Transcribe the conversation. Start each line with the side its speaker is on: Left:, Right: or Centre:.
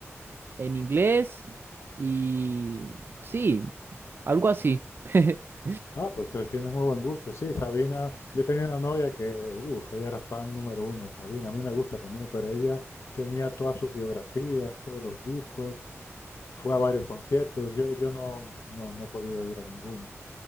Right: en inglés y sí, algo así. <laughs>
Left: Ah, pues eh, tienes muy buen gusto. Sí, Sabina, yo tenía una novia que, uff, ella era fan número uno de Sabina, a mí me gusta también, pero ella tenía todas sus biografías, todos los discos, fue a varios conciertos, yo, yo no, no, no he podido ir a ninguno.